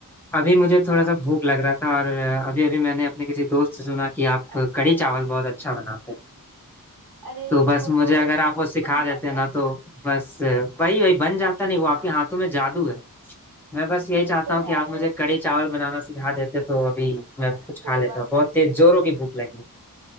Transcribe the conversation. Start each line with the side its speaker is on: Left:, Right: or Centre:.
Centre: अभी मुझे
Right: हाँ
Centre: थोड़ा सा भूख लग रहा था और अभी अभी मैंने अपने किसी दोस्त से सुना कि आप
Right: अच्छा
Centre: कढ़ी चावल बहुत अच्छा बनाते हैं
Right: अरे
Centre: तो बस
Right: वो
Centre: मुझे
Right: तो
Centre: अगर आप
Right: बस
Centre: वो सिखा
Right: बन जाता
Centre: देते ना
Right: है
Centre: तो बस वही वही बन जाता नहीं वो
Right: हाँ
Centre: आपके हाथों में जादू है मैं बस यही
Right: ये
Centre: चाहता
Right: तो
Centre: हूँ
Right: है
Centre: कि आप मुझे कढ़ी चावल बनाना सिखा देते तो अभी मैं कुछ
Right: कोई
Centre: खा लेता
Right: बात
Centre: बहुत
Right: नहीं
Centre: तेज जोरों की भूख लगी है।